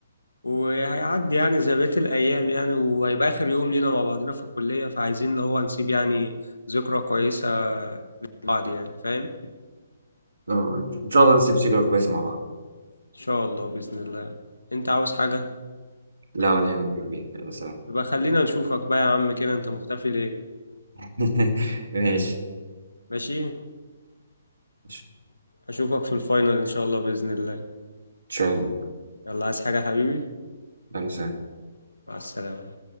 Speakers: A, on the left; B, on the right.
A: وهيعدي يعني زي بقية الأيام يعني وهيبقى آخر يوم لينا مع بعضنا في الكلية فعايزين اللي هو نسيب يعني ذكرى كويسة لبعض يعني فاهم إن
B: آه، إن شاء الله نسيب سيجارة كويسة مع بعض
A: شاء الله بإذن الله أنت عاوز حاجة؟
B: لا ولا يهمك يا كبير يلا سلام
A: يبقى خلينا نشوفك بقى يا عم كده أنت مختفي ليه؟
B: <laughs> ماشي
A: ماشي؟
B: إن
A: أشوفك في الفاينل إن شاء الله بإذن الله
B: شاء الله
A: يلا عايز حاجة يا حبيبي؟
B: يلا سلام
A: مع السلامة